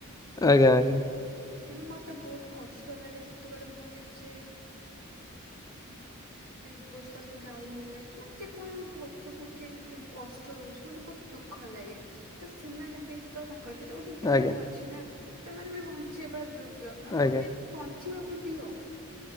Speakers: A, on the left (about 15°); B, on the right (about 65°).
A: ଆଜ୍ଞା ଆଜ୍ଞା।
B: କିନ୍ତୁ ମତେ ବହୁତ୍ କଷ୍ଟ ଲାଗେ ଯେତେବେଳେ ମୁଁ କିଛି ସେ ଦୋସର୍ ଗାଈ ହେଲେ ମାନେ ଯେକୌଣସି ପଶୁକୁ କି କେମ୍ କଷ୍ଟ ଦଉଚି ମତେ ବହୁତ୍ ଦୁଃଖ ଲାଗେ ତ ସେମାନେ ବି ତ ତାଙ୍କର ବି ତ ଗୋଟେ ଜୀବନ
A: ଆଜ୍ଞା
B: ଅଛି ନା ସେମାନେ ବି ବଞ୍ଚିଇବା ଯୋଗ୍ୟ ତାଙ୍କୁ
A: ଆଜ୍ଞା
B: ବି ବଞ୍ଚିବାକୁ ଦିଅ।